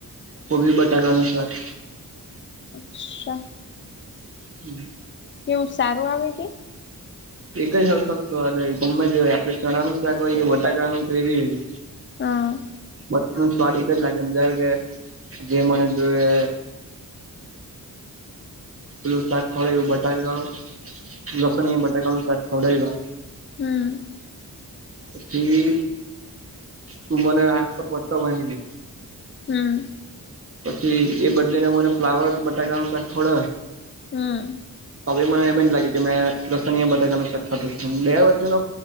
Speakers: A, on the right; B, on the left.
A: કોબી બટાકા નુ સાખ.
B: અચ્છા
A: હમ
B: કેવું સારું આવે કે?
A: એક જ સરખો સ્વાદ હોય ગમે તે હોય આપડે ચણા નુ શાક હોય કે બટાકાનું ગ્રેવી હોય
B: હા
A: બધું જ સ્વાદ એક જ લાગે જ્યારે કે જે મને જો એ પેલું શાક ખરે એવું બટાકા લસણીયા બટાકા ખવડાવ્યા
B: હમ
A: પછી તું મને આખ પર પટ્ટો બાંધી દે
B: હમ.
A: પછી એ બદલીને મને ફ્લાવર બટાકાનું શાક ખવડાવે.
B: હમ.
A: તો બી મને એમજ લાગે કે મેં લસણીયા બટાકા સાખ ખાતો છે એમ બે વચ્ચેનો